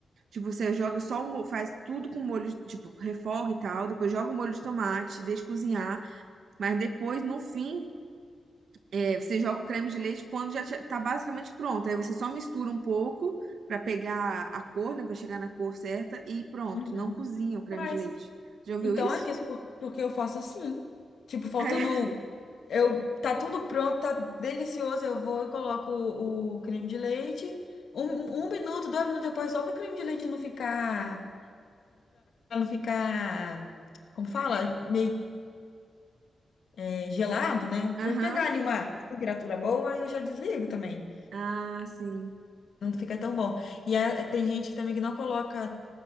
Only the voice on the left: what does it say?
Uhum.
Mas
Então
é isso, por- porque eu faço assim. Tipo, faltando.
um, Eu, tá tudo pronto, tá delicioso. Eu vou e coloco o, o creme de leite. Um, um minuto, dois minutos depois, só para o creme de leite não ficar. Pra não ficar. Como fala? Meio é, gelado, né?
Pra
ele pegar ali uma temperatura boa, aí eu já desligo também.
Não fica tão bom. E a- tem gente que também que não coloca